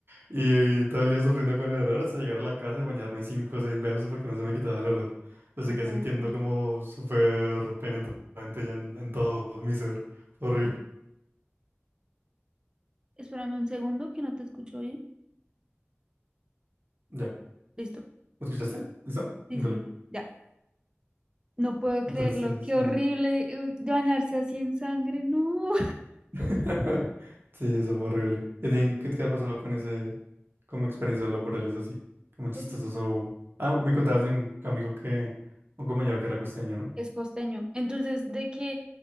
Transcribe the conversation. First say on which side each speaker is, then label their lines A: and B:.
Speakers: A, on the right; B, on the right.
A: Y, y todo el día sufriendo con el olor hasta llegar a la casa y bañarme cinco o seis veces porque no se me quitaba el olor. Lo seguía
B: No puede
A: sintiendo
B: ser.
A: como súper penetrante ya en, en todo mi ser. Horrible.
B: Espérame un segundo que no te escucho bien.
A: Ya.
B: Listo.
A: ¿Me escuchaste? ¿Listo?
B: Sí,
A: Dale.
B: sí, sí. Ya. No puedo creerlo.
A: Entonces,
B: Qué
A: sí.
B: horrible. Uy, bañarse así en sangre. No.
A: <laughs> Sí, eso fue horrible. ¿Y a ti qué te ha pasado con ese, como experiencias laborales así? Como chistosos
B: <laughs>
A: o... Ah, me contabas de un amigo que, un compañero que era costeño, ¿no?
B: es costeño. Entonces, de que,